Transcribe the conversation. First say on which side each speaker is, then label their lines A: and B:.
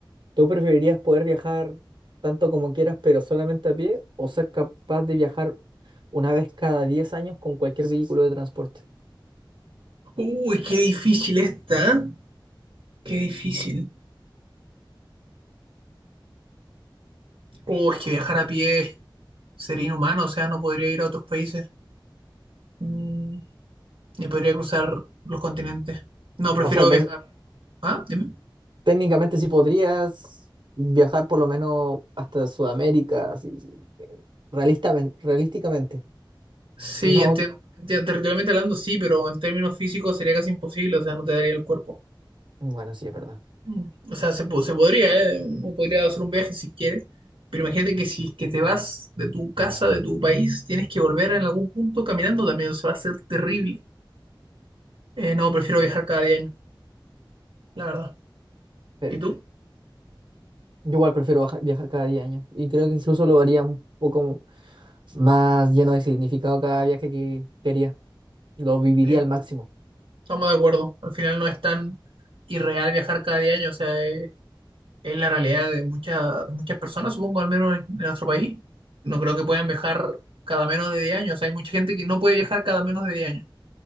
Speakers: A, on the right; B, on the right.
A: ¿tú preferirías poder viajar tanto como quieras, pero solamente a pie, o ser capaz de viajar una vez cada 10 años con cualquier vehículo de transporte?
B: Uy, qué difícil esta. ¿eh? Qué difícil. Uy, es que viajar a pie sería inhumano. O sea, no podría ir a otros países. Mm, y podría cruzar los continentes. No, prefiero
A: O sea, ten-
B: viajar. ¿Ah? Dime.
A: técnicamente sí podrías viajar por lo menos hasta Sudamérica, así, realistamente, realísticamente.
B: Sí,
A: No,
B: entiendo. Enti- Territorialmente hablando, sí, pero en términos físicos sería casi imposible, o sea, no te daría el cuerpo.
A: bueno, sí, es verdad.
B: Mm. O sea, se, po- se podría, ¿eh? Uno podría hacer un viaje si quiere, pero imagínate que si es que te vas de tu casa, de tu país, tienes que volver en algún punto caminando también, se va a ser terrible. Eh, no, prefiero viajar cada 10 la verdad.
A: Serio.
B: ¿Y tú?
A: Yo igual prefiero baja- viajar cada 10 años y creo que incluso lo haría un poco más lleno de significado cada viaje que quería. Lo viviría
B: Sí,
A: al máximo.
B: estamos de acuerdo. Al final no es tan irreal viajar cada 10 años, o sea, es es la realidad de, mucha- de muchas personas, supongo, al menos en, en nuestro país. No creo que puedan viajar cada menos de 10 años. O sea, hay mucha gente que no puede viajar cada menos de 10 años,